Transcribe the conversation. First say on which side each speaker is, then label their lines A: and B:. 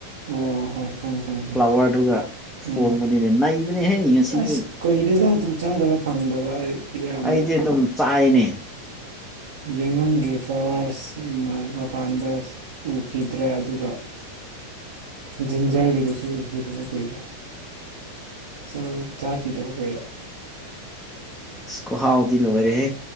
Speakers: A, on the right (about 60°); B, in the centre.
A: ꯑꯣ ꯍꯣꯏ ꯈꯪꯉꯦ ꯈꯪꯉꯦ ꯈꯪꯉꯦ
B: ꯐ꯭ꯥꯂꯋꯔꯗꯨꯒ ꯊꯣꯡꯕꯅꯤꯅꯦ
A: ꯎꯝ
B: ꯅꯩꯕꯅꯤꯍꯦ ꯉꯁꯤꯗꯤ
A: ꯑꯁ ꯀꯨꯏꯔꯦꯗ ꯑꯗꯨ ꯆꯥꯗꯕ ꯐꯪꯗꯕ ꯑꯩ ꯌꯥꯝ
B: ꯑꯩꯗꯤ ꯑꯗꯨꯝ ꯆꯥꯏꯅꯦ
A: ꯌꯥꯏꯉꯪꯒꯤ ꯐꯥꯋ꯭ꯔꯁ ꯃꯄꯥꯟꯗ ꯎꯈꯤꯗ꯭ꯔꯦ ꯑꯗꯨꯒ ꯖꯤꯟꯖꯔꯒꯤꯗꯨꯁꯨ ꯎꯈꯤꯗꯕ ꯀꯨꯏꯔꯦ ꯆꯥ ꯆꯥꯈꯤꯗꯕ ꯀꯨꯏꯔꯦ
B: ꯈꯨꯍꯥꯎꯗꯤ ꯂꯣꯏꯔꯦꯍꯦ